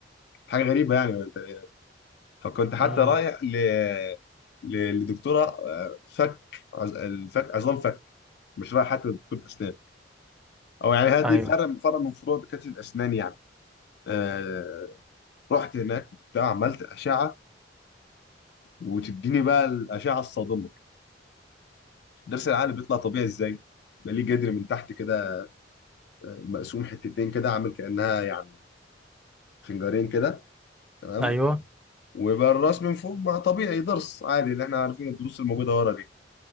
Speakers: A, on the left; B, in the centre.
A: حاجه غريبه يعني فكنت حتى
B: امم
A: رايح ل... ل... لدكتوره آه، فك عز... الفك عظام فك مش رايح حتى لدكتوره اسنان او يعني هذه
B: ايوه
A: فرع فرع من فروع دكاتره الاسنان يعني آه... رحت هناك وبتاع عملت اشعه وتديني بقى الاشعه الصادمه درس العقل بيطلع طبيعي ازاي؟ يبقى ليه جدر من تحت كده آه، مقسوم حتتين كده عامل كأنها يعني خنجرين كده تمام
B: ايوه
A: ويبقى الراس من فوق ما طبيعي درس عادي اللي احنا عارفين الدروس الموجودة ورا دي